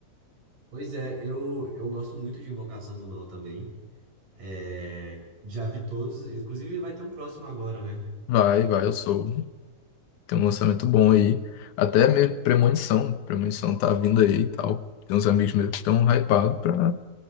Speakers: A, on the right (about 85°); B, on the left (about 75°).
A: Pois é, eu, eu gosto muito de Invocação do Mal também. É, já vi todos. Inclusive, vai ter um próximo agora, né?
B: Vai, vai, eu sou. Tem um lançamento bom aí. Até mesmo Premonição. Premonição tá vindo aí e tal. Tem uns amigos meus que estão hypados pra